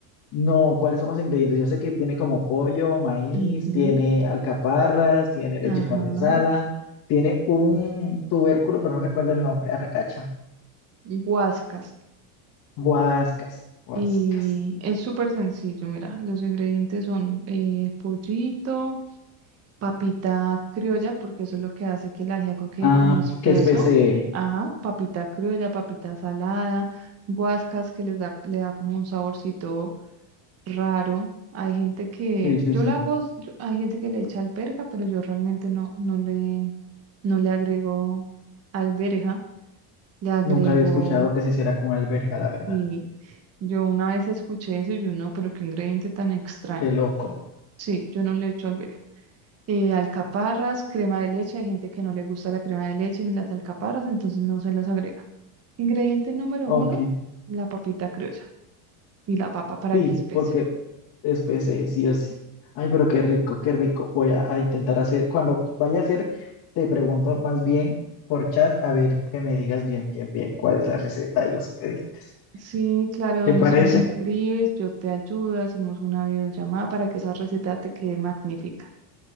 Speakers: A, on the left (about 45°); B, on the right (about 30°).
A: No, ¿cuáles son los ingredientes? Yo sé que tiene como pollo, maíz,
B: Ujú,
A: tiene alcaparras, tiene leche
B: Ajá.
A: condensada, tiene un tubérculo, pero no recuerdo el nombre, arracacha.
B: Guascas.
A: Guascas, guascas.
B: Y es súper sencillo, mira, los ingredientes son eh, pollito. Papita criolla, porque eso es lo que hace que el ajiaco quede
A: Ah,
B: como espeso.
A: qué especie.
B: Ajá, papita criolla, papita salada, guascas que les da, le da como un saborcito raro. Hay gente que,
A: Sí, sí,
B: yo
A: sí.
B: la hago, yo- hay gente que le echa alberja, pero yo realmente no, no le, no le agrego alberja, le agrego,
A: Nunca había escuchado que se hiciera con alberja, la verdad.
B: y yo una vez escuché eso y yo no, pero qué ingrediente tan extraño.
A: Qué loco.
B: Sí, yo no le echo alberja. eh, alcaparras, crema de leche. Hay gente que no le gusta la crema de leche ni las alcaparras, entonces no se las agrega. Ingrediente número
A: Ok.
B: uno, la papita criolla y la papa para
A: Sí,
B: que espese.
A: porque es PC, sí o sí. Ay, pero qué rico, qué rico. Voy a, a intentar hacer, cuando vaya a hacer, te pregunto más bien por chat, a ver que me digas bien, bien, bien cuál es la receta y los ingredientes.
B: Sí, claro, Donis,
A: ¿Te parece?
B: me escribes, yo te ayudo, hacemos una videollamada para que esa receta te quede magnífica.